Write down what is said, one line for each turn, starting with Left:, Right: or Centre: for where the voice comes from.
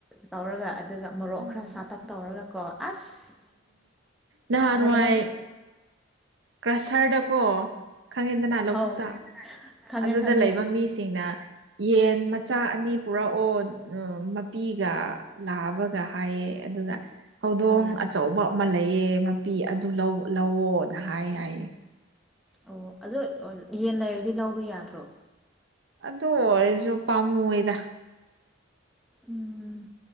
Centre: ꯇꯧꯔꯒ ꯑꯗꯨꯒ ꯃꯣꯔꯣꯛ
Right: ꯎꯝ
Centre: ꯈꯔ ꯁꯥꯥꯇꯛ ꯇꯧꯔꯒ ꯀꯣ ꯑꯁ
Right: ꯅꯍꯥꯟꯅꯉꯥꯏ
Centre: ꯍꯥꯎꯕꯅꯦ
Right: ꯀ꯭ꯔꯁꯔꯗ ꯀꯣ ꯈꯪꯍꯦꯟꯗꯅ ꯂꯧꯕꯨꯛꯇ
Centre: ꯑꯥꯎ ꯈꯪꯉꯦ
Right: ꯑꯗꯨꯗ
Centre: ꯈꯪꯉꯦ
Right: ꯂꯩꯕ ꯃꯤꯁꯤꯡꯅ ꯌꯦꯟ ꯃꯆꯥ ꯑꯅꯤ ꯄꯨꯔꯛ ꯑꯣ ꯃꯄꯤꯒ ꯂꯥꯛꯕꯒ ꯍꯥꯏꯌꯦ ꯑꯗꯨꯒ ꯍꯧꯗꯣꯡ
Centre: ꯎꯝ
Right: ꯑꯆꯧꯕ ꯑꯃ ꯂꯩꯑꯦ ꯃꯄꯤ ꯑꯗꯨ ꯂꯧꯑꯣꯣꯅ ꯍꯥꯏ ꯍꯥꯏꯌꯦꯦ
Centre: ꯑꯣ ꯑꯗꯨꯗꯣ ꯌꯦꯟ ꯂꯩꯔꯗꯤ ꯂꯧꯕ ꯌꯥꯗ꯭ꯔꯣ
Right: ꯑꯗꯨ ꯑꯣꯏꯔꯁꯨ ꯄꯥꯝꯃꯨꯣꯏꯗ
Centre: ꯎꯝ